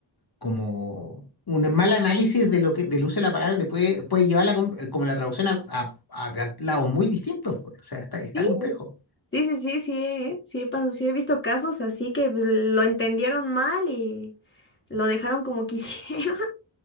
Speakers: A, on the left; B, on the left.
A: como un mal análisis de lo que del uso de la palabra te puede, puede llevar la, com- eh, como la traducción a, a- a a lados muy distintos, pues. O sea, está,
B: Sí,
A: está complejo.
B: sí, sí, sí, sí, eh, Sí, he pas- sí he visto casos así que pues, lo entendieron mal y lo dejaron como <laughs> quisieron.